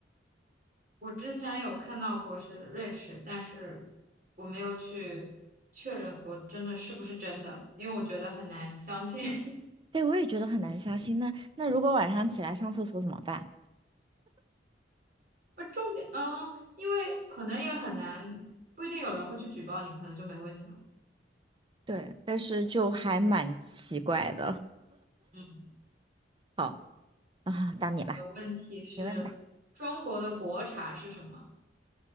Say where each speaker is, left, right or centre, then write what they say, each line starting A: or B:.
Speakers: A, on the right; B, on the right.
A: 我之前有看到过是瑞士，但是我没有去确认过真的是不是真的，因为我觉得很难相信。<laughs>
B: 对，我也觉得很难相信。那那如果晚上起来上厕所怎么办？
A: 而重点，嗯，因为可能也很难，不一定有人会去举报你，可能就没问题吧。
B: 对，但是就还蛮奇怪的
A: 嗯。
B: 好，啊。到你啦，
A: 的问题是，
B: 你问吧。
A: 中国的国茶是什么？